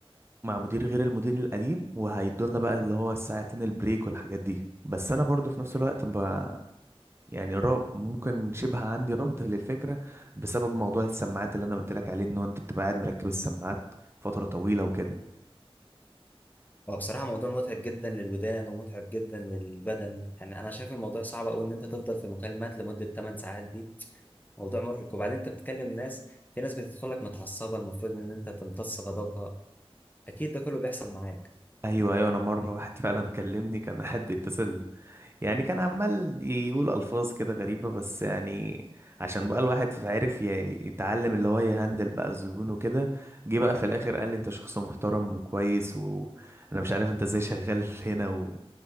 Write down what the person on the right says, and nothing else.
مع مدير غير المدير القديم وهيدولنا بقى اللي هو الساعتين البريك والحاجات دي بس انا برضو في نفس الوقت ب... يعني را- ممكن شبه عندي رفض للفكرة بسبب موضوع السماعات اللي انا قلت لك عليه ان هو انت بتبقى قاعد مركب السماعات فترة طويلة وكده
ايوه ايوه انا مرة واحد فعلا كلمني كان قاعد بيتصل يعني كان عمال يقول ألفاظ كده غريبة بس يعني عشان بقى الواحد عرف ي- يتعلم اللي هو يهندل بقى الزبون وكده جه بقى في الآخر قال لي أنت شخص محترم وكويس وأنا مش عارف أنت إزاي شغال <laughs> هنا و...